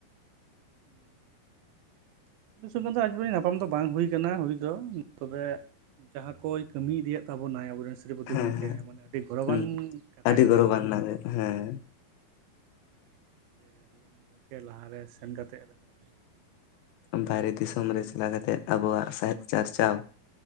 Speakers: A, on the right; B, on the left.
A: <inaudible> ᱩᱱᱤ ᱥᱚᱸᱜᱮ ᱫᱚ ᱟᱡ ᱯᱚᱨᱡᱚᱱᱛᱚ ᱧᱟᱯᱟᱢ ᱫᱚ ᱵᱟᱝ ᱦᱩᱭ ᱠᱟᱱᱟ ᱦᱩᱭ ᱫᱚ, ᱛᱚᱵᱮ ᱡᱟᱦᱟᱸ ᱠᱚᱭ ᱠᱟᱹᱢᱤ ᱤᱫᱤᱭᱮᱫ ᱛᱟᱵᱚᱱᱟᱭ ᱟᱵᱚᱨᱮᱱ ᱥᱠᱟᱹᱯᱚᱛᱤ
B: ᱦᱮᱸ
A: ᱜᱚᱝᱠᱮ
B: ᱦᱮᱸ
A: ᱢᱟᱱᱮ ᱟᱹᱰᱤ ᱜᱚᱨᱚᱵᱟᱱ
B: ᱦᱩᱸ
A: ᱠᱟᱛᱷᱟ
B: ᱟᱹᱰᱤ
A: ᱠᱟᱱᱟ᱾
B: ᱜᱚᱨᱚᱵᱟᱱ ᱨᱮᱱᱟᱜ ᱦᱮᱸ᱾
A: ᱥᱮ ᱟᱵᱩᱨᱟᱱ ᱫᱚ ᱜᱚᱝᱠᱮ ᱞᱟᱦᱟ ᱨᱮ ᱥᱮᱱ ᱠᱟᱛᱮᱜ ᱨᱮᱦᱚᱸ ᱮᱱᱠᱷᱟᱱ ᱟᱹᱰᱤ
B: ᱵᱟᱦᱨᱮ
A: ᱱᱟᱯᱟᱭ
B: ᱫᱤᱥᱚᱢ
A: ᱟᱵᱚ ᱥᱟᱱᱛᱟᱲ
B: ᱨᱮ ᱪᱟᱞᱟᱣ
A: ᱤᱫᱤ
B: ᱠᱟᱛᱮᱜ
A: ᱠᱟᱛᱮᱫ ᱠᱟᱹᱢᱤ
B: ᱟᱵᱚᱣᱟᱜ
A: ᱞᱮᱫᱟᱭ
B: ᱥᱟᱦᱮᱫ ᱪᱟᱨᱪᱟᱣ